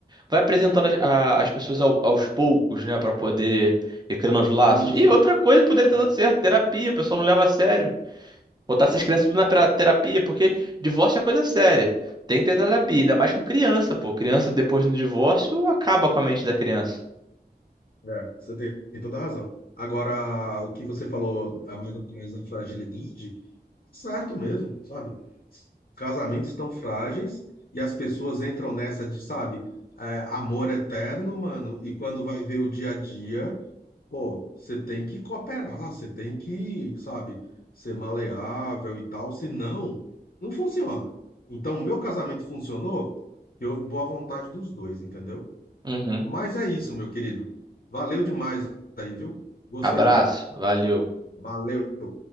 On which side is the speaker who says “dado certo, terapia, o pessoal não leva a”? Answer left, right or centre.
Right